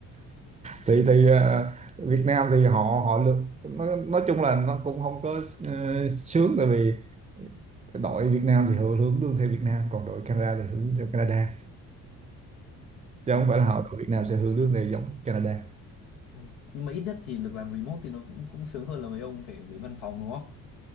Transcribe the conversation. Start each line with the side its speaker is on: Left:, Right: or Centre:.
Right: thì thì ờ, Việt Nam thì họ họ được nó, nói chung là nó cũng không có ờ, sướng tại vì đội Việt Nam thì họ hướng lương theo Việt Nam còn đội Canada thì hướng theo Canada
Left: Ồ,
Right: chứ không phải là họ đội Việt Nam sẽ hướng lương theo giống Canada
Left: thôi. Nhưng mà ít nhất thì được làm remote thì nó cũng cũng sướng hơn là mấy ông phải đến văn phòng đúng không?